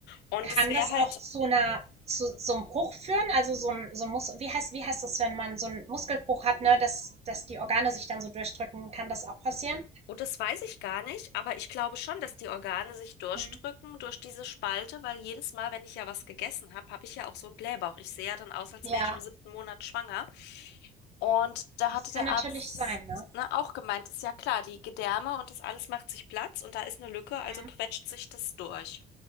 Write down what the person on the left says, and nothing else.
Und
es wäre
halt
Oh, das weiß ich gar nicht, aber ich glaube schon, dass die Organe sich durchdrücken
durch diese Spalte, weil jedes Mal, wenn ich ja was gegessen habe, habe ich ja auch so einen Blähbauch. Ich sehe ja dann aus, als
wäre ich im siebten Monat schwanger. Und da
hatte
der
Arzt,
ne, auch gemeint, ist ja klar, die Gedärme und das alles macht sich Platz und da ist eine Lücke, also
quetscht sich das durch.